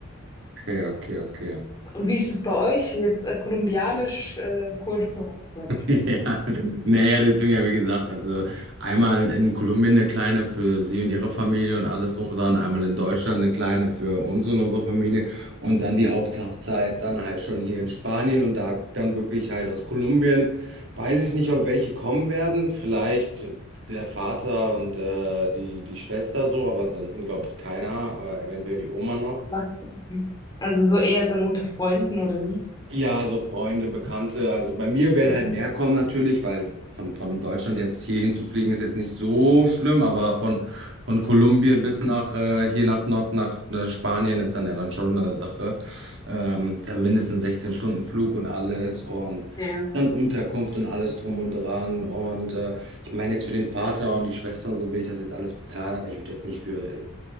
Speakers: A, on the right; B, on the left.
A: Okay, okay, okay.
B: Und wie ist es bei euch? Jetzt äh, kolumbianisch, äh, kurdische Hochzeit.
A: <laughs> Ja, naja, deswegen ja, wie gesagt, also einmal in Kolumbien eine kleine für sie und ihre Familie und alles drum und dran, einmal in Deutschland eine kleine für uns und unsere Familie und dann die Haupthochzeit dann halt schon hier in Spanien und da dann wirklich halt aus Kolumbien. Weiß ich nicht, ob welche kommen werden, vielleicht der Vater und äh, die, die Schwester so, aber ansonsten glaube ich keiner, oder eventuell die Oma noch.
B: Was? Mhm. Also so eher dann unter Freunden oder wie?
A: Ja, so Freunde, Bekannte. Also bei mir werden
B: Mhm.
A: halt mehr kommen natürlich, weil von, von Deutschland jetzt hier hinzufliegen ist jetzt nicht so schlimm, aber von, von Kolumbien bis nach äh, hier nach, nach, nach äh, Spanien ist dann ja dann schon eine Sache. Ähm, dann mindestens 16 Stunden Flug und alles und
B: Ja,
A: dann Unterkunft und alles drum und dran. Und äh, ich meine jetzt für den Vater und die Schwester und so will ich das jetzt alles bezahlen, aber ich würde jetzt nicht für äh,